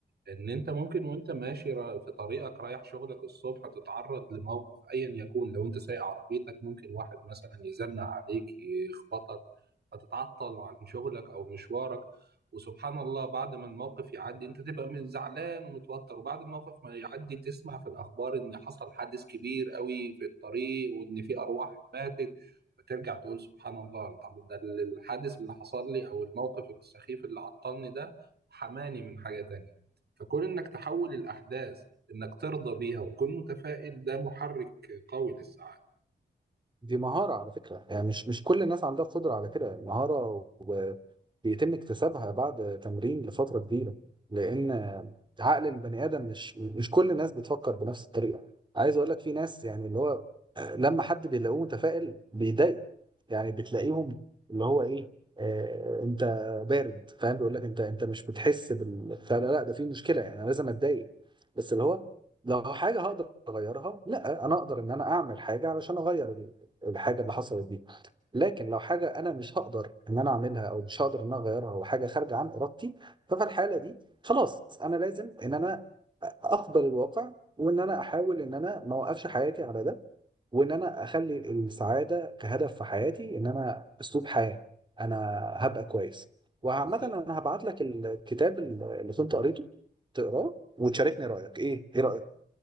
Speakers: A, on the right (about 65°); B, on the right (about 25°).
A: ان انت ممكن وانت ماشي را- في طريقك رايح شغلك الصبح تتعرض لموقف ايا يكون لو انت سايق عربيتك ممكن واحد مثلا يزنق عليك يخبطك فتتعطل عن شغلك او مشوارك وسبحان الله بعد ما الموقف يعدي انت تبقى من- زعلان ومتوتر وبعد الموقف ما يعدي تسمع في الاخبار ان حصل حادث كبير قوي في الطريق وان في ارواح ماتت فترجع تقول سبحان الله طب ده الحادث اللي حصل لي او الموقف السخيف اللي عطلني ده حماني من حاجة تانية فكون انك تحول الاحداث انك ترضى بيها وتكون متفائل ده محرك قوي للسعاده
B: دي مهارة على فكرة يعني مش مش كل الناس عندها قدرة على كده المهارة وبيتم اكتسابها بعد تمرين لفترة كبيرة لأن عقل البني آدم مش مش كل الناس بتفكر بنفس الطريقة عايز أقول لك في ناس يعني اللي هو لما حد بيلاقوه متفائل بيضايقه يعني بتلاقيهم اللي هو إيه آه أنت بارد فاهم بيقول لك أنت أنت مش بتحس بال فلا- لا ده في مشكلة يعني أنا لازم أتضايق بس اللي هو لو حاجة هقدر أغيرها لا أنا أقدر إن أنا أعمل حاجة علشان أغير دي الحاجه اللي حصلت دي لكن لو حاجه انا مش هقدر ان انا اعملها او مش هقدر ان انا اغيرها او حاجه خارجه عن ارادتي ففي الحاله دي خلاص انا لازم ان انا اقبل الواقع وان انا احاول ان انا ما اوقفش حياتي على ده وان انا اخلي السعاده كهدف في حياتي ان انا اسلوب حياه انا هبقى كويس وعامة
A: بالظبط
B: انا هبعت لك الكتاب اللي كنت قريته تقراه وتشاركني رايك ايه ايه رايك